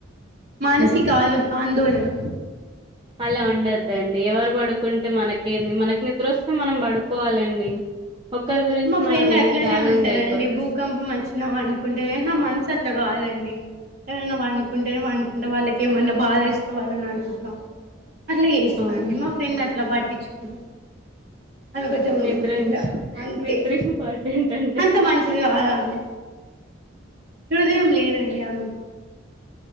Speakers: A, on the right (about 50°); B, on the right (about 25°).
A: మానసిక
B: హ హమ్
A: ఆలో ఆందోళన
B: అలా ఉండద్దండి ఎవరు పడుకుంటే మనకేంది మనకు నిద్ర వస్తే మనం పడుకోవాలండి ఒకరి గురించి
A: మా ఫ్రెండ్
B: మనం
A: అట్లనే
B: ఏం త్యాగం
A: ఉంటదండి
B: చేయకూడదు
A: భూకంపం వచ్చిన వన్డుకుంటే నా మనసు అట్లా కాదండి ఎవరైనా పండుకుంటేనే పండు కుంట వాళ్ళకి ఏమన్నా బాధ ఎస్తేవళ్ళని అడుగుతా అట్లా చేేస్తాండి
B: అవును
A: మా ఫ్రెండ్ అట్లా పట్టించుకోదు అది ఓక
B: నిద్ర
A: ఇట్లా అంతే
B: నిద్ర ఇంపార్టెంట్ అంటే
A: అంత మంచిది కాదమే హృదయం లేదండి ఆమెకు